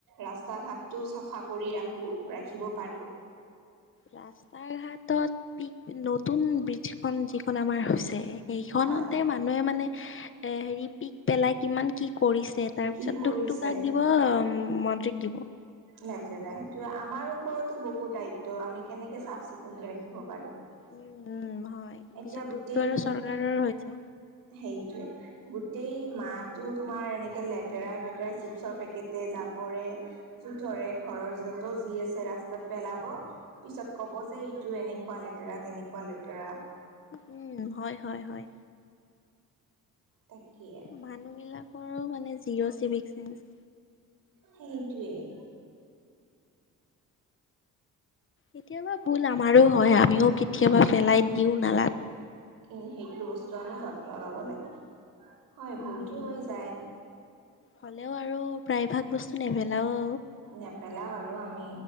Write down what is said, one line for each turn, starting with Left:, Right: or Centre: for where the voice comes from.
Right: ৰাস্তা-ঘাটটো চাফা কৰি ৰাখোঁ, ৰাখিব পাৰোঁ।
Left: ৰাস্তাৰ-ঘাটত পিক ন নতুন ব্ৰীজখন যিখন আমাৰ হৈছে, সেইখনতে
Right: হয়
Left: মানুহে মানে এ, হেৰি পিক পেলাই কিমান কি কৰিছে, তাৰ
Right: কি
Left: পিছত
Right: কৰিছে
Left: দুখটো কাক দিব, মন্ত্ৰীক দিব।
Right: লেতেৰা, সেইটো আমাৰ ওপৰতো বহুত দায়িত্ব, আমি কেনেকে চাফ-চিকুণকে ৰাখিব পাৰো।
Left: উম উম হয়
Right: এতিয়া
Left: পিছত
Right: গোটেই,
Left: দুখটো আৰু চৰকাৰৰ হৈছে
Right: সেইটোয়েই। গোটেই মাহটো তোমাৰ এনেকে লেতেৰাই-পেতেৰাই, চিপছৰ পেকেটে, জাবৰে জোথৰে, ঘৰৰ য'ত যি আছে ৰাস্তাত পেলাব পিছত ক'ব যে ইটো এনেকুৱা লেতেৰা, তেনেকুৱা লেতেৰা।
Left: উম, হয়, হয়, হয়।
Right: তাকে।
Left: মানুহ বিলাকৰো মানে জিৰ' চিভিক চেন্স।
Right: সেইটোৱেই।
Left: কেতিয়াবা ভুল আমাৰো হয়, আমিও কেতিয়াবা পেলাই দিওঁ নালাত।
Right: উম, সেইটো বস্তু আমি যত্ন ল'ব লাগে। হয় ভুলটো
Left: উম,
Right: হৈ যায়
Left: হ'লেও আৰু প্ৰায়ভাগ বস্তু নেপেলাও।
Right: নেপেলাওঁ, আৰু আমি